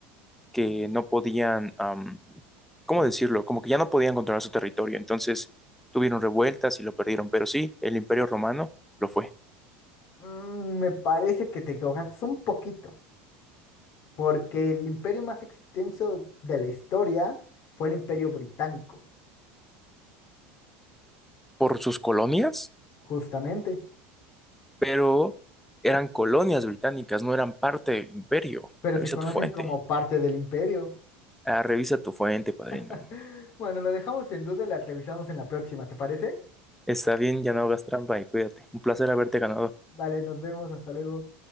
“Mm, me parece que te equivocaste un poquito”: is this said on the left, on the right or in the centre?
Left